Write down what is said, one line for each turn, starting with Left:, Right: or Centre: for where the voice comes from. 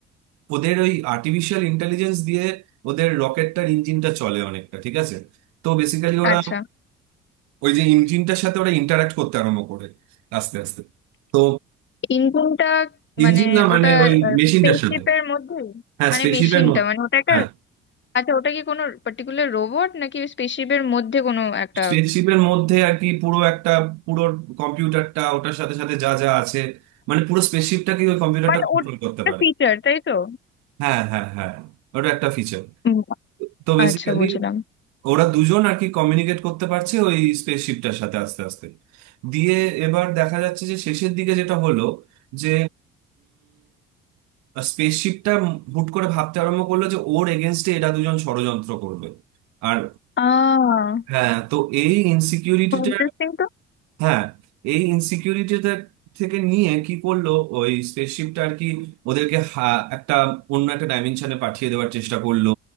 Right: ওদের ওই আর্টিফিশিয়াল ইন্টেলিজেন্স দিয়ে ওদের রকেটটার ইঞ্জিনটা চলে অনেকটা ঠিক আছে তো বেসিক্যালি ওরা
Left: আচ্ছা
Right: ওই যে ইঞ্জিনটার সাথে ওরা ইন্টারাক্ট করতে আরম্ভ করে আস্তে আস্তে তো
Left: ইঞ্জিনটা মানে
Right: ইঞ্জিন না মানে
Left: ওটা
Right: ওই মেশিনটার
Left: স্পেসশিপের
Right: সাথে
Left: মধ্যে
Right: হ্যাঁ
Left: মানে
Right: স্পেসশিপের
Left: মেশিনটা
Right: মধ্যে
Left: মানে ওটা একটা
Right: হ্যাঁ
Left: আচ্ছা ওটা কি কোনো পার্টিকুলার রোবট নাকি স্পেসশিপের মধ্যে কোনো একটা
Right: স্পেসশিপের মধ্যে আর কি পুরো একটা পুরো কম্পিউটারটা ওটার সাথে সাথে যা যা আছে মানে পুরো স্পেসশিপটাকে ওই কম্পিউটারটা
Left: মানে
Right: কন্ট্রোল
Left: ওটা
Right: করতে পারে
Left: ফিচার তাই তো
Right: হ্যাঁ হ্যাঁ হ্যাঁ ওটা একটা ফিচার
Left: উম,
Right: তো বেসিক্যালি
Left: আচ্ছা বুঝলাম
Right: ওরা দুজন আর কি কমিউনিকেট করতে পারছে ওই স্পেসশিপটার সাথে আস্তে আস্তে দিয়ে এবার দেখা যাচ্ছে যে শেষের দিকে যেটা হলো যে স্পেসশিপটা হুট করে ভাবতে আরম্ভ করলো যে ওর এগেনস্টে এরা দুজন ষড়যন্ত্র করবে আর
Left: আহ
Right: হ্যাঁ তো এই ইনসিকিউরিটিটা
Left: ইন্টারেস্টিং তো
Right: হ্যাঁ এই ইনসিকিউরিটিটা থেকে নিয়ে কি করলো ওই স্পেসশিপটা আর কি ওদেরকে হা- একটা অন্য একটা ডাইমেনশনে পাঠিয়ে দেওয়ার চেষ্টা করলো